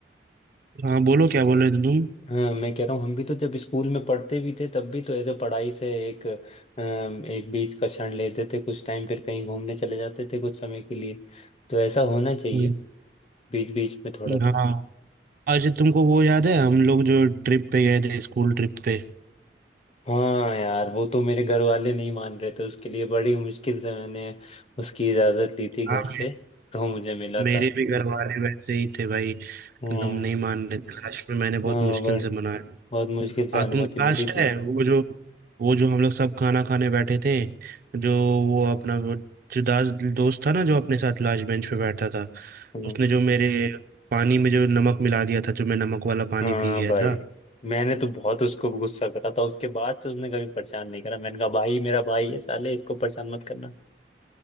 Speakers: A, on the right; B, on the left.
A: हाँ बोलो क्या बोल रहे थे तुम
B: हाँ मैं कह रहा हूँ हम भी तो जब स्कूल में पढ़ते भी थे तब भी तो ऐसे पढ़ाई से एक अम, एक बीच का क्षण लेते थे कुछ टाइम फिर कहीं घूमने चले जाते थे कुछ समय के लिए तो ऐसा होना चाहिए
A: हम्म,
B: बीच बीच में थोड़ा सा
A: हाँ अच्छा तुमको वो याद है हम लोग जो ट्रिप पे गए थे स्कूल ट्रिप पे
B: हाँ यार वो तो मेरे घर वाले नहीं मान रहे थे उसके लिए बड़ी मुश्किल से मैंने उसकी इजाजत ली थी घर
A: हाँ
B: से तो मुझे मिला
A: मेरे
B: था
A: भी घर वाले वैसे ही थे भाई एकदम
B: हाँ
A: नहीं मान रहे थे लास्ट में मैंने बहुत
B: हाँ
A: मुश्किल
B: बड़ी
A: से मनाया
B: बहुत मुश्किल से
A: आ
B: अनुमति
A: तुम
B: मिली
A: लास्ट
B: थी
A: है वो जो वो जो हम लोग सब खाना खाने बैठे थे जो वो अपना वो जो दास दोस्त था ना जो अपने साथ लास्ट बेंच पे बैठा था
B: हाँ
A: उसने जो मेरे पानी में जो नमक मिला दिया था जो मैं नमक वाला पानी
B: हाँ
A: पी गया
B: भाई
A: था
B: मैंने तो बहुत उसको गुस्सा करा था उसके बाद से उसने कभी परेशान नहीं करा मैंने कहा भाई मेरा भाई है साले इसको परेशान मत करना